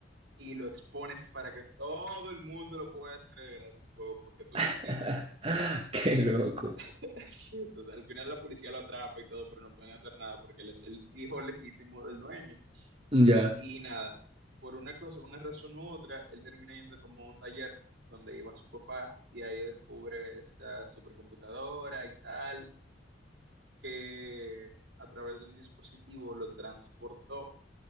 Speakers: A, on the right (about 80°); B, on the right (about 30°).
A: y lo expones para que todo el mundo lo pueda descargar gratis el juego porque tú
B: <laughs>
A: quisiste.
B: qué loco,
A: <laughs> Sí, Entonces, al final la policía lo atrapa y todo, pero no pueden hacer nada porque él es el hijo legítimo del dueño.
B: ya.
A: Y nada, por una cosa, una razón u otra, él termina yendo como a un taller donde iba su papá y ahí descubre esta supercomputadora y tal, que a través de un dispositivo lo transportó